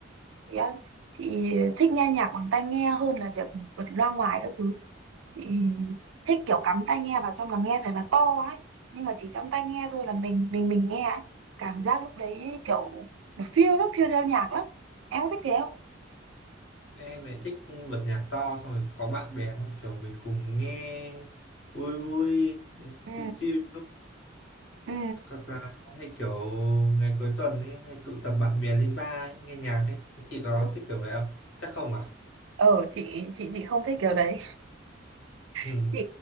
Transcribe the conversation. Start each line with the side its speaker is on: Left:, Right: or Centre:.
Right: chị, á- chị thích nghe nhạc bằng tai nghe hơn là việc bật loa ngoài các thứ chị thích kiểu cắm tai nghe vào xong là nghe thật là to ấy nhưng mà chỉ trong tai nghe thôi là mình mình mình nghe ấy. cảm giác lúc đấy kiểu nó phiêu lắm phiêu theo nhạc lắm em có thích thế không
Left: Em lại thích bật nhạc to xong rồi có bạn bè xong kiểu mình cùng nghe vui vui
Right: ừ
Left: chill chill
Right: ừ
Left: hoặc là hay kiểu ngày cuối tuần ấy hay tụ tập bạn bè lên bar ấy, nghe nhạc ấy. Chị có
Right: ừ.
Left: thích kiểu vậy không? Chắc không à?
Right: ờ chị chị chị không thích kiểu đấy <laughs>
Left: <laughs> Ừ.
Right: chị